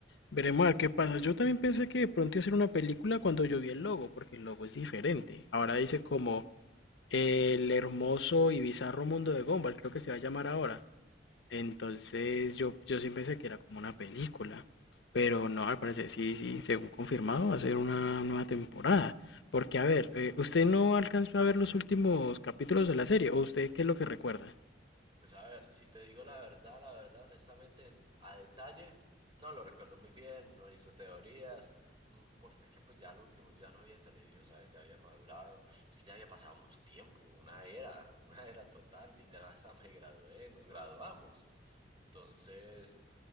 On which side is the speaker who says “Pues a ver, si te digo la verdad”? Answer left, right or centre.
Right